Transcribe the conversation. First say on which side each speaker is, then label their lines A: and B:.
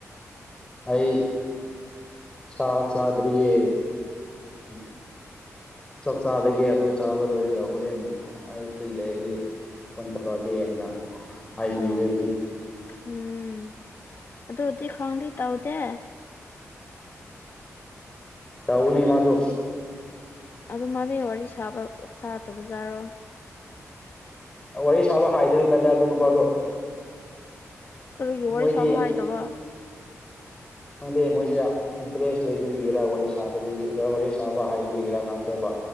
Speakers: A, on the left (about 15°); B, on the left (about 45°).
A: ꯑꯩ ꯆ ꯆꯗꯔꯤꯌꯦ ꯎꯝ ꯆꯥꯛ ꯆꯥꯗꯒꯤꯦ ꯑꯗꯨ ꯆꯥꯕ ꯂꯣꯏꯔꯒ ꯍꯣꯔꯦꯟ ꯑꯩ ꯐ꯭ꯔꯤ ꯂꯩꯗꯤ ꯐꯣꯟ ꯇꯧꯔꯛꯑꯒꯦ ꯍꯥꯏꯅ ꯍꯥꯏꯕꯤꯈꯔꯤꯕꯅꯤ
B: ꯑꯥ ꯎꯝ ꯑꯗꯨꯗꯗꯤ ꯈꯪꯗ ꯇꯥꯎꯗꯦ
A: ꯇ ꯎꯅꯤ ꯃꯥꯁꯨ
B: ꯑꯗꯨ ꯃꯥꯗꯩ ꯋꯥꯔꯤ ꯁꯥꯕ ꯁꯥꯗꯕꯖꯥꯔꯣ
A: ꯋꯥꯔꯤ ꯁꯥꯕ ꯍꯥꯏꯗꯕ ꯃꯜꯂꯦ ꯑꯗꯨ ꯅꯨꯄꯥꯁꯨꯣ
B: ꯀꯔꯤꯒꯤ ꯋꯥꯔꯤ
A: ꯃꯣꯏꯗꯤ
B: ꯁꯥꯕ ꯍꯥꯏꯗꯕ
A: ꯈꯪꯗꯦ ꯃꯣꯏꯁꯦ ꯏꯟꯇꯔꯦꯁ ꯂꯩꯇꯕꯤꯒꯤꯔ ꯋꯥꯔꯤ ꯁꯥꯗꯕꯤꯒꯤꯔ ꯋꯥꯔꯤ ꯁꯥꯕ ꯍꯥꯏꯗꯕꯤꯒꯤꯔꯥ ꯈꯥꯟꯗꯦꯕ